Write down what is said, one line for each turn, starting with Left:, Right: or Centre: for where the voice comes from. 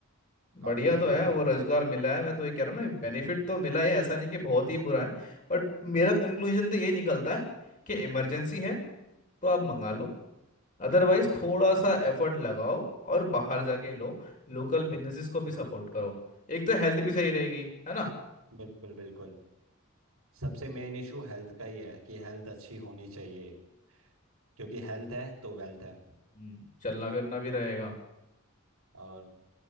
Right: काफी
Left: बढ़िया
Right: मतलब
Left: तो है
Right: कि
Left: वो रोजगार मिला है मैं तो ये कह रहा हूँ ना बेनिफिट तो मिला है ऐसा नहीं कि बहुत ही बुरा है बट मेरा कंक्लूजन तो ये निकलता है कि इमरजेंसी है
Right: हाँ
Left: तो आप मंगा लो अदरवाइज
Right: हम्म
Left: थोड़ा सा एफर्ट लगाओ और बाहर जाके लो लोकल बिजनेसेस को भी सपोर्ट करो एक तो हेल्थ भी सही रहेगी है ना
Right: बिल्कुल बिल्कुल सबसे मेन इशू हेल्थ का ही है कि हेल्थ अच्छी होनी चाहिए क्योंकि हेल्थ है तो वेल्थ है
Left: हम्म, चलना फिरना भी रहेगा
Right: और